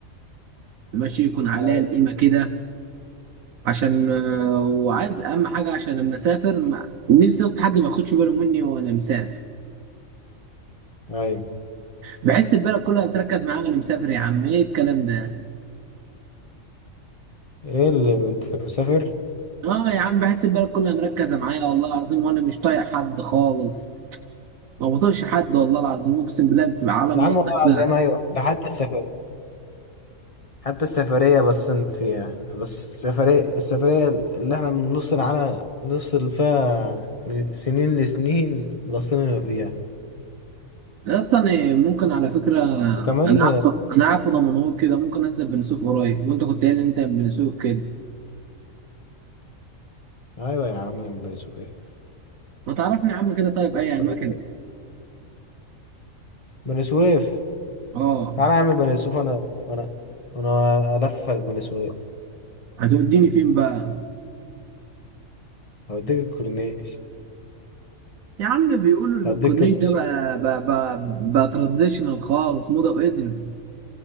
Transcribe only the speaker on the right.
ماشي يكون عليها
القيمة كده عشان آه، وعايز اهم حاجه عشان لما اسافر ما... نفسي اصلا حد ما ياخدش باله مني وانا مسافر
بحس البلد كلها بتركز معايا وانا مسافر يا عم ايه الكلام ده
اه يا عم بحس البلد كلها مركزه معايا والله العظيم وانا مش طايق حد خالص ما بطيقش حد والله العظيم اقسم بالله بتبقى عالم
يا اسطى
كده
يا اسطى انا ممكن على فكره انا
قاعد في انا قاعد في دمنهور كده ممكن انزل بني سويف قريب وانت كنت قايل ان انت من بني سويف كده
ما تعرفني يا عم كده طيب اي
اماكن
اه
هتوديني فين بقى
يا عم بيقولوا ان
الكورنيش
ده بقى بقى بقى, بقى تراديشنال خالص موضه وقدم